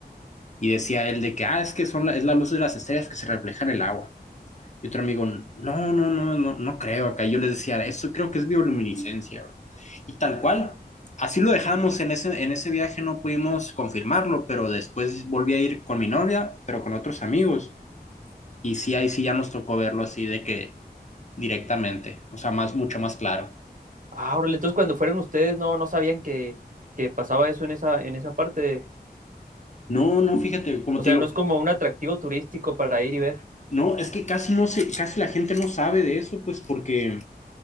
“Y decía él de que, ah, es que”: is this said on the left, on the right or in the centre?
Left